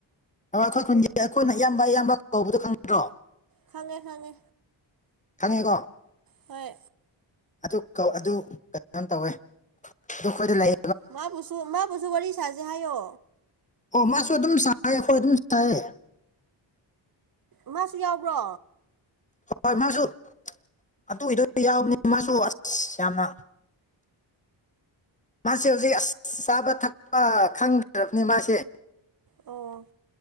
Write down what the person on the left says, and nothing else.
ꯑꯣ ꯑꯩꯈꯣꯏ ꯈꯨꯟꯒꯤ ꯑꯩꯈꯣꯏꯅ ꯑꯌꯥꯝꯕ ꯑꯌꯥꯝꯕ ꯀꯧꯕꯗꯣ ꯈꯪꯗ꯭ꯔꯣ
ꯈꯪꯉꯦꯀꯣ
ꯑꯗꯨ ꯀꯧ ꯑꯗꯨ ꯀꯩꯅꯣꯝ ꯇꯧꯋꯦ ꯑꯗꯨ ꯑꯩꯈꯣꯏꯗ ꯂꯩ
ꯑꯣ ꯃꯥꯁꯨ ꯑꯗꯨꯝ ꯁꯥꯏꯌꯦ ꯍꯣꯏ ꯑꯗꯨꯝ ꯁꯌꯦ
ꯍꯣꯏꯣꯏ ꯃꯥꯁꯨ ꯑꯗꯨꯏꯗꯣꯏ ꯌꯥꯎꯕꯅꯤ ꯃꯥꯁꯨ ꯑꯁ ꯌꯥꯝꯅ ꯃꯥꯁꯦ ꯍꯧꯖꯤꯛ ꯑꯁ ꯆꯥꯕ ꯊꯛꯄ ꯈꯪꯗ꯭ꯔꯕꯅꯤ ꯃꯥꯁꯦ